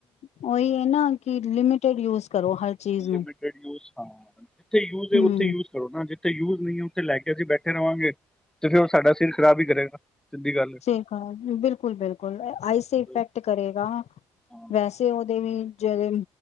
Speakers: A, on the left; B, in the centre.
A: ਉਹੀ ਐ ਨਾ ਕਿ ਲਿਮਿਟਡ ਯੂਜ ਕਰੋ ਹਰ ਚੀਜ਼ ਨੂੰ
B: ਲਿਮਟੇਡ ਯੂਜ ਹਾਂ। ਜਿੱਥੇ ਯੂਜ ਹੈ
A: ਹਮ
B: ਉੱਥੇ ਯੂਜ ਕਰੋ ਨਾ। ਜਿੱਥੇ ਯੂਜ ਨਹੀਂ ਉੱਥੇ ਲੈ ਕੇ ਅਸੀਂ ਬੈਠੇ ਰਵਾਂਗੇ, ਤੇ ਫੇਰ ਉਹ ਸਾਡਾ ਸਰੀਰ ਖਰਾਬ ਹੀ ਕਰੇਗਾ। ਗੱਲ
A: ਠੀਕ ਐ ਬਿਲਕੁਲ ਬਿਲਕੁਲ ਆਈ ਸੇ
B: ਹੈ
A: ਇਫੈਕਟ ਕਰੇਗਾ
B: ਹਾਂ
A: ਵੈਸੇ ਉਹਦੇ ਵੀ ਜਿਹੜੇ